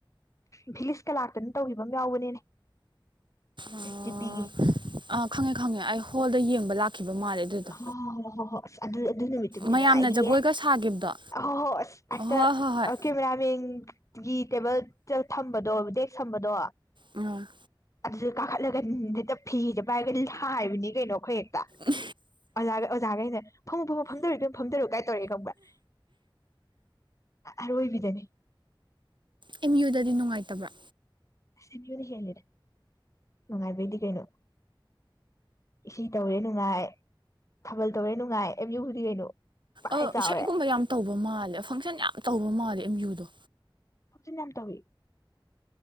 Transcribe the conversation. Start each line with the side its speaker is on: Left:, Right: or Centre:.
Left: ꯚꯤꯂꯤꯁꯀ ꯂꯥꯛꯇꯅ ꯇꯧꯈꯤꯕ ꯑꯃ ꯌꯥꯎꯕꯅꯤꯅꯦ
Right: ꯑꯣ
Left: ꯖꯤꯄꯤꯒꯤ
Right: ꯑꯥ ꯈꯪꯉꯦ ꯈꯪꯉꯦ ꯑꯩ ꯍꯣꯜꯗ ꯌꯦꯡꯕ ꯂꯥꯛꯈꯤꯕ ꯃꯥꯜꯂꯦ ꯑꯗꯨꯗꯣ
Left: ꯍ ꯍꯣꯏ ꯍꯣꯏ ꯍꯣꯏ ꯍꯣꯏ ꯑꯁ ꯑꯗꯨ ꯑꯗꯨ ꯅꯨꯃꯤꯠꯇꯨꯗꯤ
Right: ꯃꯌꯥꯝꯅ
Left: ꯅꯨꯡꯉꯥꯏꯈꯤꯌꯦ
Right: ꯖꯒꯣꯏꯒ ꯁꯥꯈꯤꯕꯗꯣ
Left: ꯑ ꯍꯣ ꯍꯣꯏ ꯑꯁ ꯍꯦꯛꯇ
Right: ꯍꯣꯏ ꯍꯣꯏ ꯍꯣꯏ
Left: ꯀꯦꯃꯦꯔꯥꯃꯦꯟ ꯒꯤ ꯇꯦꯕꯜ ꯊꯝꯕꯗꯣ ꯗꯦꯛꯁ ꯊꯝꯕꯗꯣ
Right: ꯎꯝ
Left: ꯑꯗꯨꯗ ꯀꯥꯈꯠꯂꯒ ꯍꯦꯛꯇ ꯐꯤꯗ ꯄꯥꯏꯔꯒ ꯍꯥꯏꯕꯅꯤ ꯀꯩꯅꯣ ꯑꯩꯈꯣꯏ ꯍꯦꯛꯇ
Right: ꯎ
Left: ꯑꯣꯖꯥꯒ ꯑꯣꯖꯥꯒꯩꯅ ꯐꯪꯉꯨ ꯐꯣꯡꯉ ꯐꯝꯗꯔꯨꯏ ꯀꯣꯏ ꯐꯝꯗꯣꯔꯎ ꯀꯥꯏ ꯇꯧꯔꯦ ꯈꯪꯕ꯭ꯔꯥ ꯑꯔꯣꯏꯕꯤꯗꯅꯦ
Right: ꯑꯦꯝ ꯌꯨꯗꯗꯤ ꯅꯨꯡꯉꯥꯏꯇꯕ꯭ꯔꯥ
Left: ꯑꯁ ꯑꯃꯤꯎ ꯅꯥ ꯍꯦꯜꯂꯦꯗ ꯅꯨꯡꯉꯥꯏꯕꯩꯗꯤ ꯀꯩꯅꯣ ꯏ ꯇꯧꯔꯦ ꯅꯨꯡꯉꯥꯏ ꯊꯥꯕꯜ ꯇꯧꯔꯦ ꯅꯨꯡꯉꯥꯏ ꯑꯃꯤꯎ ꯗꯤ ꯀꯩꯅꯣ ꯄꯥꯏ
Right: ꯑ
Left: ꯆꯥꯎꯔꯦ
Right: ꯏꯁꯩꯒꯨꯝꯕ ꯌꯥꯝ ꯇꯧꯕ ꯃꯥꯜꯂꯦ ꯐꯪꯁꯟ ꯌꯥꯝ ꯇꯧꯕ ꯃꯥꯜꯂꯦ ꯑꯦꯝ ꯌꯨ ꯖꯦ
Left: ꯅꯝ ꯌꯥꯝ ꯇꯧꯋꯦ